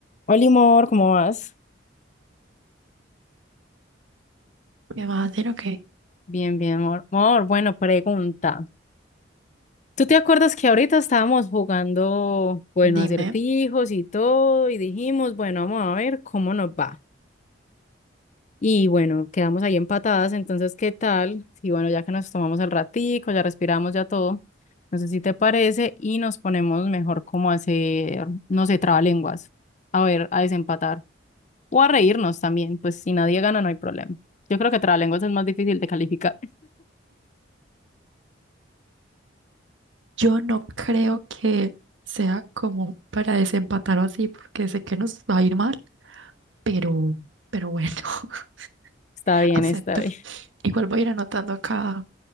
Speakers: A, on the left; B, on the right.
A: Hola, amor, ¿cómo vas?
B: ¿Qué va a hacer? Ok,
A: Bien, bien, amor. Amor, bueno, pregunta. ¿Tú te acuerdas que ahorita estábamos jugando, bueno,
B: dime.
A: acertijos y todo, y dijimos, bueno, vamos a ver cómo nos va? Y bueno, quedamos ahí empatadas, entonces, ¿qué tal? Y bueno, ya que nos tomamos el ratico, ya respiramos, ya todo, no sé si te parece, y nos ponemos mejor como a hacer, no sé, trabalenguas, a ver, a desempatar, o a reírnos también, pues si nadie gana no hay problema. Yo creo que trabalenguas es más difícil de calificar.
B: Yo no creo que sea como para desempatar o así, porque sé que nos va a ir mal, pero, pero bueno, <laughs>
A: Está bien,
B: acepto.
A: está bien.
B: Igual voy a ir anotando acá,